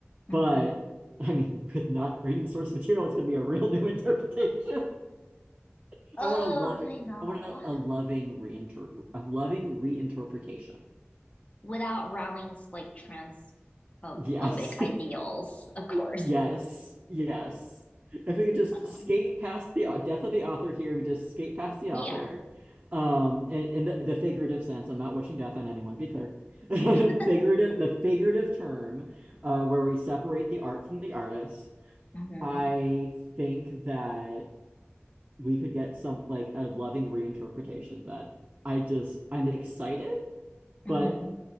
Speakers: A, on the left; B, on the right.
A: hmm
B: but <laughs> I mean, with not reading the source material, it's gonna be a real new interpretation. <laughs>
A: Oh,
B: I want a loving,
A: I know.
B: I want a, a loving reinterpret, a loving reinterpretation.
A: Without Rowling's like transphobic
B: Yes.
A: ideals, of course.
B: Yes, yes. If we could just
A: So,
B: skate past the au- death of the author here, we just skate past the
A: yeah.
B: author, um, in, in the, the figurative sense. I'm not wishing death on anyone, be clear. <laughs>
A: <laughs>
B: Figurative, the figurative term, uh, where we separate the art from the artist.
A: hmm
B: I think that we could get some like a loving reinterpretation that I just I'm excited,
A: hmm
B: but